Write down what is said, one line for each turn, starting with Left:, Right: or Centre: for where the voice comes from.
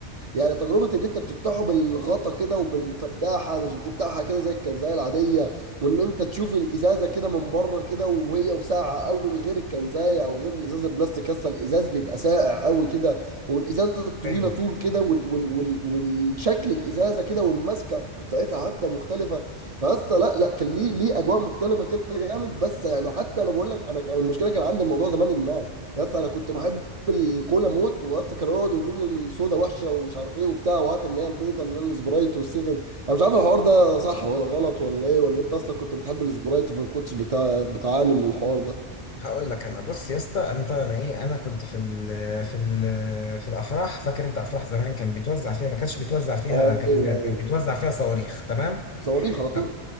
Right: يعني تجربه اللي انت بتفتحه بالغطا كده وبالفتاحه مش بتفتحها كده زي الكنزايه العاديه وان انت تشوف الازازه كده من بره كده وهي وساقعه قوي غير الكنزايه او غير الازازه البلاستيك اصلا الازاز بيبقى ساقع قوي كده والازازه الطويله
Left: ايوه
Right: طول كده وال وال وال والشكل الازازه كده والماسكه بتاعتها حتى مختلفه فاصلا لا لا كان ليه ليه اجواء مختلفه كده جامد بس يعني حتى انا بقول لك انا كان المشكله كان عندي الموضوع زمان ادمان يا اسطى انا كنت بحب الكولا موت واسطى كانوا يقعدوا يقولوا لي السودا وحشه ومش عارف ايه وبتاع وهات اللي هي البيضه اللي هي السبرايت والسيفن انا مش عارف الحوار ده صح ولا غلط ولا ايه ولا انت اصلا كنت بتحب السبرايت فما كنتش بتاع... بتعاني من الحوار ده
Left: هقول لك انا بص يا اسطى انا طبعا ايه انا كنت في ال في ال في الافراح فاكر انت افراح زمان كان بيتوزع فيها ما كانش بيتوزع فيها
Right: ايوه
Left: كنزات
Right: ايوه
Left: كان بيتوزع فيها صواريخ تمام
Right: صواريخ على طول
Left: ف-